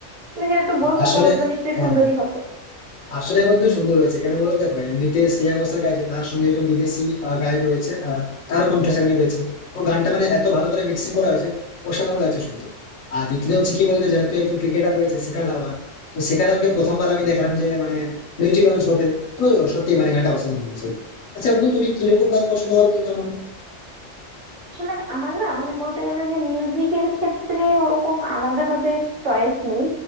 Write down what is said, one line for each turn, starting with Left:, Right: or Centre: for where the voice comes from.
Right: তুমি যেহেতু বলছো
Left: আসলে
Right: তাহলে তো নিশ্চয়ই
Left: হ্যাঁ
Right: সুন্দরই হবে
Left: আসলে বন্ধু সুন্দর হয়েছে কেন বলো দেখো এমনিতে শ্রেয়া ঘোষাল গাইছে তার সঙ্গে একজন বিদেশি আহ, গায়ক রয়েছে আহ, তারও কণ্ঠ সেখানে পেয়েছে তো গানটা মানে এত ভালো করে মিক্সিং করা হয়েছে অসাধারণ লাগছে শুনতে আর দ্বিতীয় হচ্ছে কি বলতো যেহেতু একজন ক্রিকেটার রয়েছে শেখা ধাওয়ান তো শেখা ধাওয়ানকে প্রথমবার আমি দেখলাম যে মানে মিউজিক লঞ্চ করতে তো সত্যি মানে গানটা অসাধারণ হয়েছে আচ্ছা বন্ধু তুমি কিরকম গান পছন্দ করো বলো তো আমার
Right: আসলে আমার না মানে বলতে গেলে যে মিউজিকের ক্ষেত্রে ওরকম আলাদা ভাবে চয়েস নেই